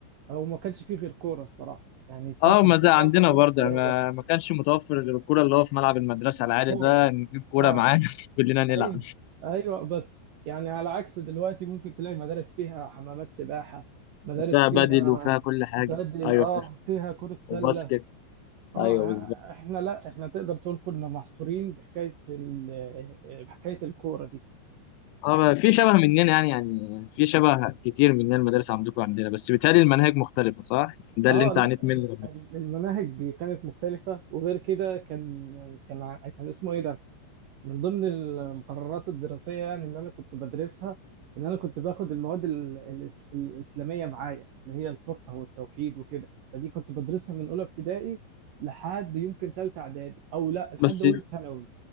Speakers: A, on the right (about 70°); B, on the left (about 85°).
A: هو ما كانش فيه غير كوره الصراحه يعني
B: اه
A: فتره
B: ما زي
A: الراحه
B: عندنا
A: لنا
B: برضه
A: كوره
B: ما,
A: بقى
B: ما كانش متوفر غير الكورة اللي هو في ملعب المدرسة العالي
A: كوره
B: ده نجيب كورة
A: اه
B: معانا <laughs> كلنا نلعب
A: ايوه ايوه بس يعني على عكس دلوقتي ممكن تلاقي مدارس فيها حمامات سباحه مدارس
B: فيها
A: فيها
B: بدل وفيها كل حاجة
A: بدل
B: ايوه
A: اه
B: فاهم
A: فيها كره سله
B: وباسكت
A: اه
B: ايوه
A: ع-
B: بالظبط
A: احنا لا احنا تقدر تقول كنا محصورين بحكايه ال- بحكايه الكوره دي
B: اه بقى في شبه مننا يعني يعني في شبه كتير مننا المدارس عندكم عندنا بس بيتهيألي المناهج مختلفة صح؟ يعني ده
A: اه
B: اللي انت
A: لا
B: عانيت منه
A: ال-
B: لما جيت.
A: المناهج كانت مختلفه وغير كده كان كان ع- كان اسمه ايه ده من ضمن المقررات الدراسية يعني اللي أنا كنت بدرسها إن أنا كنت باخد المواد ال- ال- الإسلامية معايا اللي هي الفقه والتوحيد وكده فدي كنت بدرسها من أولى ابتدائي لحد يمكن تالتة إعدادي أو لا لحد
B: بس
A: أولى ثانوي